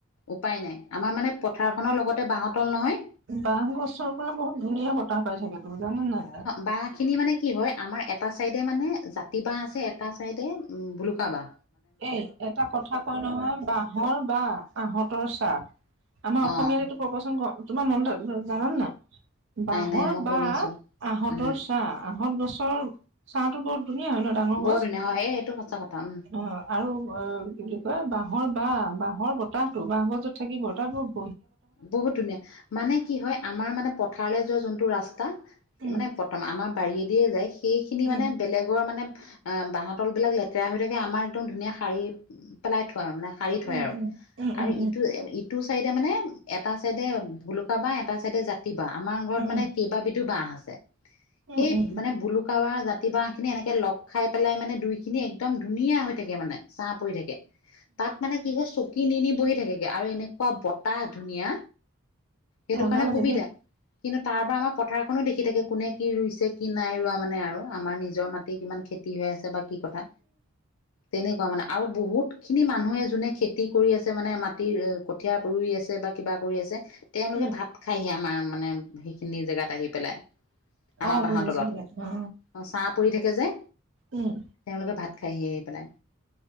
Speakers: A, on the left (about 85°); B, on the right (about 60°).
A: উপায় নাই আমাৰ মানে পথাৰখনৰ লগতে বাঁহৰ তল নহয়
B: বহ গছৰ পৰা বহুত ধুনীয়া বতাহ পাই থাকেতো জানে নাই
A: বাহ খিনি মানে কি হয় আমাৰ এটা চাইডে মানে জাতি বাহ আছে এটা চাইডে উম ভুলুকা বাহ
B: এই এটা কথা কয় নহয় বাঁহৰ বা আহঁতৰ চাহ আমাৰ অসমীয়াতে
A: অ
B: প্ৰপচন তোমাৰ মন জানানে নাই বাঁহৰ
A: নাই মই শুনিছো
B: বাহ আহতৰ
A: উম
B: চাহ আহত গছৰ চাহতো বৰত ধুনীয়া হয় ন ডাঙৰ
A: বৰ
B: গছ
A: ধুনীয়া হয় এইটো সচা কথা উম
B: অ আৰু অ কি বুলি কয় বাহৰ বাহ বাহৰ বতাহতো বাঁহগছত থাকি বতাহ টোৰ
A: বহুত ধুনীয়া মানে কি হয় আমাৰ মানে পথাৰলৈ যোৱা যোনটো ৰাস্তা
B: উম
A: মানে আমাৰ বাৰীয়ে দিয়ে যায় সেই খিনি
B: উম
A: মানে বেলেগৰ মানে অ বাহ তল বিলাক লেতেৰা হৈ থাকে আমাৰ একদম ধুনীয়া শাৰী পেলাই থোৱাই মানে সাৰি থয়
B: উম
A: আৰু
B: উম
A: আৰু
B: উম উম উম
A: ইটো ইট টো চাইডে মানে এটা চাইডে ভুলুকা বাহ এটা চাইডে জাত জাতি বাঁহ আমাৰ ঘৰত
B: উম
A: মানে কেইবাবিধো বাঁহ আছে
B: উম
A: সেই
B: উম উম
A: মানে ভুলুকা বাঁহ জাতি বাঁহ খিনি এনেকে লগ খাই পেলাই মানে দুই খিনি একদম ধুনীয়া হৈ থাকে মানে ছাহ পৰি থাকে তাত মানে কি হয় চকী নি নি বহি থাকেগে আৰু এনেকুৱা বত তাহ ধুনীয়া সেইটো
B: মজা
A: কাৰণে
B: লাগে
A: সুবিধা
B: দেই
A: কিন্তু তাৰ পৰা আমাৰ পথাৰখনো দেখি থাকে কোনে কি ৰুইছে কি নাই ৰোৱা মানে আৰু আমাৰ নিজৰ মাটিৰ কিমান খেতি হৈ আছে বা কি কথা তেনেকুৱা মানে আৰু বহুতখিনি মানুহে যোনে খেতি কৰি আছে মানে মাটিৰ কঠিয়াৰ ৰুই আছে বা কিবা কৰি আছে তেওঁলোকে
B: উম
A: ভাত খাইহি আমাৰ মানে সেইখিনি জেগাত আহি পেলাই আমাৰ
B: অ
A: বাঁহৰ
B: বুজিছো
A: তলত
B: দিয়া অ
A: অ চাহ পৰি থাকে যে।
B: উম।
A: তেওঁলোকে ভাত খাইহি আহি পেলাই।